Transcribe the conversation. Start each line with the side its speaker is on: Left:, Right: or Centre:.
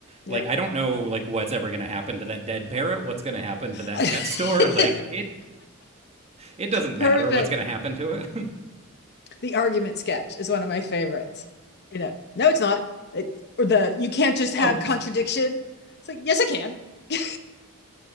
Left: Yep.
Right: like, I don't know, like, what's ever going to happen to that dead parrot? What's going to happen to that
Left: <laughs>
Right: pet store? Like, it, it doesn't
Left: Perfect.
Right: matter what's going to happen to it.
Left: The argument sketch is one of my favorites. You know, no, it's not. It, or the you can't just have
Right: <laughs> oh,
Left: contradiction. It's like, yes, I can. <laughs>